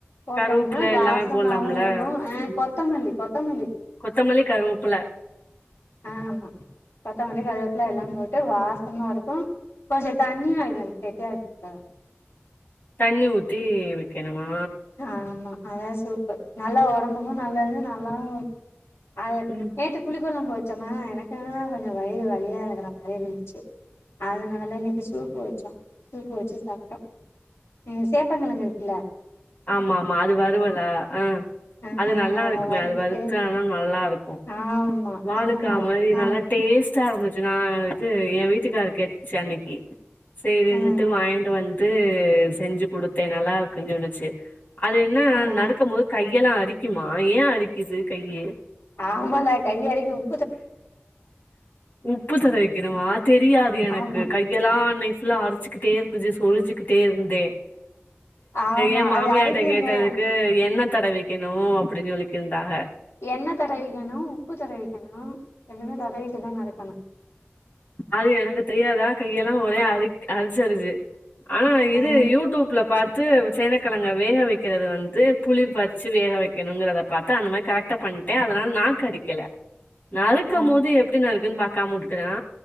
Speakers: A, on the left; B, on the left.
A: போட்டோம்னா
B: கருவேப்புல
A: வாசமாவு
B: எல்லாமே போட்லாம்ல
A: இருக்கு அ
B: ம்
A: கொத்தமல்லி கொத்தமல்லி
B: கொத்தமல்லி கருவப்புல
A: ஆ ஆமா கொத்தமல்லி கருவேப்பில எல்லா போட்டு வாசமா இருக்கு கொஞ்சோ தண்ணியா வாய்க்கனோ கேட்டியா வைக்க கூடாது
B: தண்ணி ஊத்தி வெக்கணுமா
A: ஆமா அத்தா சூப்பு நல்லா ஒடம்புக்கு நல்லது நல்லாவு இருக் அது
B: ம்
A: நேத்து புளிக்கொழம்பு வச்சோமா எனக்கு கொஞ்சோ வயிறு வலியா இருக்குற மாரி இருந்துச்சு அதனால இன்னிக்கு சூப்பு வெச்சோ சூப்பு வெச்சு சாப்ட்டோ ம் சேப்பங்கெளங்கு இருக்குல
B: ஆமா ஆமா அது வருவலா ஆ
A: ஆ
B: அது நல்லா
A: அத
B: இருக்குமே
A: வறுத்துட்டு
B: அது வறுத்தனா நல்லா இருக்கு
A: ஆமா
B: வாலக்கா
A: ஆமா
B: மாரி
A: ஆ
B: நல்லா டேஸ்ட்டா இருந்துச்சு நா இது எ வீட்டுக்காரு கேட்ச்சு அன்னிக்கி சேரினுட்டு
A: ம்
B: வாய்ங்ண்டு வந்து செஞ்சு குடுத்தே நல்லா இருக்குனு ஜோன்னுச்சு அது என்ன
A: ஆ
B: நருக்கும்போது கையெல்லா அரிக்குமா ஏ அரிக்குது கையி
A: ஆமால கையி அரிக்கும்
B: உப்பு தடவிக்கணுமா தெரியாது எனக்கு
A: ஆமா
B: கை கையெல்லா அன்னிக்கு ஃபுல்லா அரிச்சுக்குட்டே இருந்துச்சு சொருஞ்சி ட்டே இருந்த
A: ஆமா
B: ஏ மாமியாட்ட
A: அது அரிக்குந்தே
B: கேட்டதுக்கு என்ன தடவி கிணு அப்டின் சொல்லிக்கிருந்தாக
A: எண்ண தடவிக்கணு உப்பு தடவிக்கணு ரெண்டுமே தடவிக்குட்டுதா நடக்கணு
B: அது எனக்கு தெரியாதா கையெல்லா ஒரே அரி அரிச்சரிச்சு ஆனா
A: ஆ
B: இது யூட்டூப்ல பாத் து சேனக்கழங்க வேக வெக்கிறது வத்து புளி வெச்சு வேக வெக்கணுங்கறத பாத்த அந்த மாரி கரெக் டா பண்ட்ட அதனால நாக்கரிக்கல நா க்கமோது
A: ஆ
B: எப்டி நருக்கனுன் பாக்காம உட்டுட்டனா